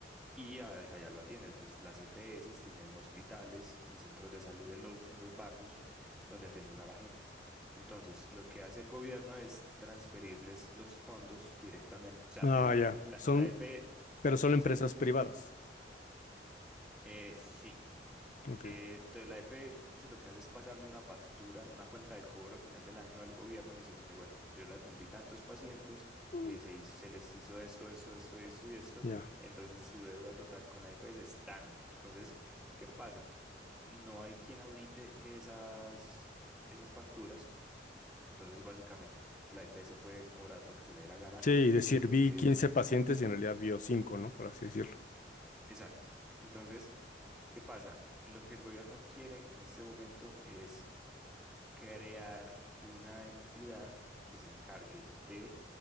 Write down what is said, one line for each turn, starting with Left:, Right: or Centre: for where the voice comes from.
Centre: y a- allá lo atiende. Entonces, las EPS tienen hospitales y centros de salud en los, en los barrios donde atienden a la gente. Entonces, lo que hace el gobierno es transferirles los fondos directamente. O sea,
Left: Ah,
Centre: eh,
Left: ya.
Centre: la, EP la,
Left: Son,
Centre: la EP
Left: pero son empresas
Centre: sí,
Left: privadas.
Centre: eh, sí.
Left: Ok.
Centre: Eh, entonces la EPS lo que hace es pasarle una factura, una cuenta de cobro al final del año al gobierno y decirle, bueno, yo le atendí tantos pacientes,
Left: Mm.
Centre: eh, se, hiz- se les hizo esto, esto, esto, esto y esto,
Left: Ya.
Centre: entonces su deuda total con la EPS es tanto. Entonces, ¿qué pasa? No hay quien audite esas, esas facturas, entonces básicamente la EPS puede cobrar lo que se le dé la gana
Left: Sí,
Centre: y...
Left: decir, vi
Centre: eh,
Left: 15 pacientes y en realidad vio 5, ¿no? Por así decirlo.
Centre: exacto. Entonces, ¿qué pasa? Lo que el gobierno quiere en este momento es crear una entidad que se encargue de